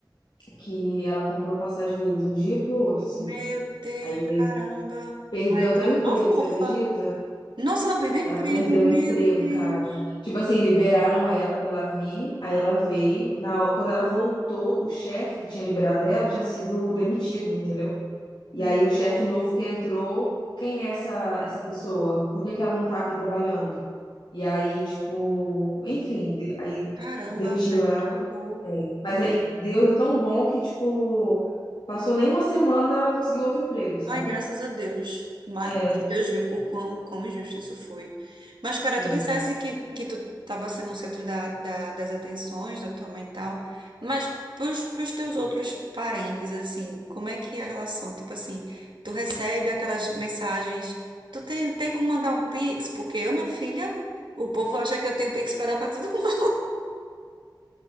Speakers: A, on the left; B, on the right.
A: que ela comprou a passagem, veio de um dia pro outro, assim.
B: Meu Deus,
A: Aí veio,
B: caramba.
A: perdeu
B: Ai,
A: até
B: tá
A: o emprego,
B: uma fofa.
A: você acredita?
B: Nossa, ela perdeu o
A: Ela
B: emprego,
A: perdeu
B: meu
A: o emprego,
B: Deus.
A: cara. Tipo assim, liberaram ela pra ela vir, aí ela veio. Na, quando ela voltou, o chefe que tinha liberado ela tinha sido demitido, entendeu? E
B: Não,
A: aí o chefe novo que entrou, quem é essa, essa pessoa? Por que que ela não tá aqui trabalhando? E aí, tipo, enfim, de- aí
B: caramba,
A: demitiram
B: velho,
A: ela.
B: que horror.
A: Mas aí Deus é tão bom que, tipo, passou nem uma semana ela conseguiu outro emprego, sabe?
B: Ai, graças a Deus. Mas,
A: É,
B: mas
A: é,
B: Deus viu o quão, o quão injusto isso foi. Mas, cara,
A: é.
B: tu dissesse que, que tu estava sendo o centro da, da- das atenções da tua mãe e tal. Mas pros, pros teus outros parentes, assim, como é que é a relação? Tipo assim, tu recebe aquelas mensagens. Tu tem, tem como mandar um Pix? Porque eu, minha filha, o povo acha que eu tenho Pix pra dar pra todo mundo.